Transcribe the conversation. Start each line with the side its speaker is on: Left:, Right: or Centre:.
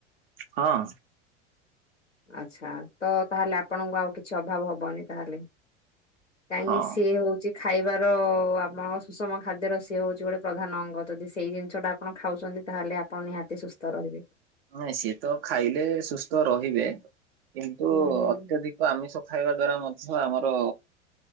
Right: ହଁ।
Left: ଆଚ୍ଛା ତ ତାହେଲେ ଆପଣଙ୍କୁ ଆଉ କିଛି ଅଭାବ ହବନି ତାହେଲେ। କାଇଁ
Right: ହଁ
Left: ସି ହୋ ଚି ଖାଇବାର ଆମ ସୁଷମ ଖାଦ୍ୟର ସିଏ ହୋଉଛି ଗୋଟେ ପ୍ରଧାନ ଅଙ୍ଗ। ଯଦି ସେଇ ଜିନିଷଟା ଆପଣ ଖାଉଚନ୍ତି, ତାହେଲେ ଆପଣ ନିହାତି ସୁସ୍ଥ ରହିବେ।
Right: ନାଇଁ ସିଏ ତ ଖାଇଲେ ସୁସ୍ଥ ରହିବେ। କିନ୍ତୁ
Left: ହୁଁ ହୁଁ।
Right: ଅତ୍ୟଧିକ ତ ଆମିଷ ଖାଇବା ଦ୍ଵାରା ମଧ୍ୟ ଆମର